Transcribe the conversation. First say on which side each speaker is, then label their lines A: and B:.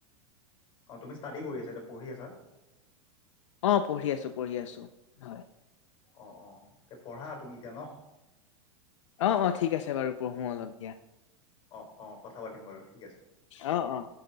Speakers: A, on the left (about 30°); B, on the left (about 80°).
A: অহ ইষ্টাডি কৰি আছা এতিয়া পঢ়ি আছা।
B: অহ পঢ়ি আছো পঢ়ি আছো হয়।
A: অহ অহ তে পঢ়া তুমি এতিয়া ন।
B: অহ হ ঠিক আছে বাৰু পঢ়ো অলপ দিয়া।
A: অহ অহ কথা পাতিম বাৰু ঠিক আছে।
B: অহ অহ,